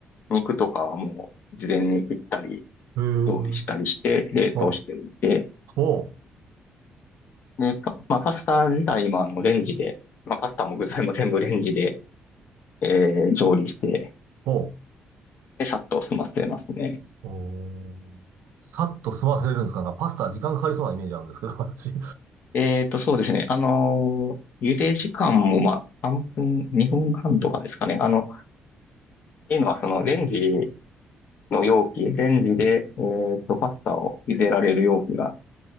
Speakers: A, on the left (about 45°); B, on the right (about 80°).
A: 肉とかはもう事前に切ったり、
B: へー
A: 調理したりして、冷凍しておいて、
B: ほうほう
A: で、パまあ、パスタ自体もあのレンジで、まあ、パスタも具材も全部レンジで、えー調理して、
B: ほ
A: で、さっと済ませますね。
B: うおーさっと済ませれるんですかなんかパスタ時間かかりそうなイメージあるんですけど、<laughs> 私。
A: えっと、そうですね。あのー、茹で時間も、まあ、3分、2分半とかですかね。あの、っていうのは、その、レンジの容器、レンジで、えっと、パスタを茹でられる容器が